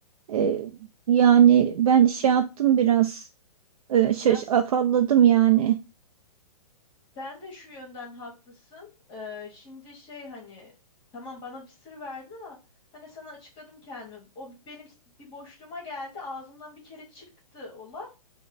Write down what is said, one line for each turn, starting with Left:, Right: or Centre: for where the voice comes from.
Right: E, yani ben şey yaptım biraz e, şaş
Left: Ya s-
Right: afalladım yani.
Left: sen de şu yönden haklısın. Ee, şimdi şey hani tamam bana bir sır verdin ama hani sana açıkladım kendimi. O benim s- bir boşluğuma geldi. Ağzımdan bir kere çıktı o laf.